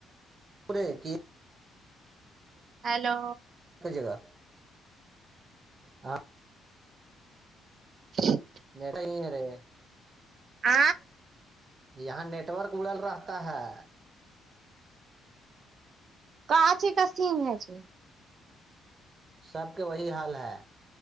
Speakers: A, on the right; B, on the right.
A: پورے کی
B: ہیلو
A: جگہ ہاں
B: <inaudible>
A: نیٹ نہیں رہے
B: آ
A: یہاں نیٹ ورک اڑل رہتا ہے
B: کہچی کا سین ہے چ
A: سب کے وہی حال ہے